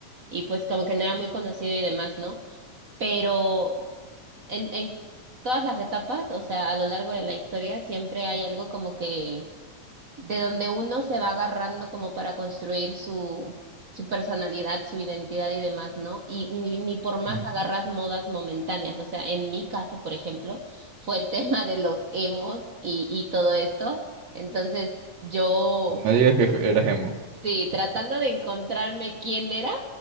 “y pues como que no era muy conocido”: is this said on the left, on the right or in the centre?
Right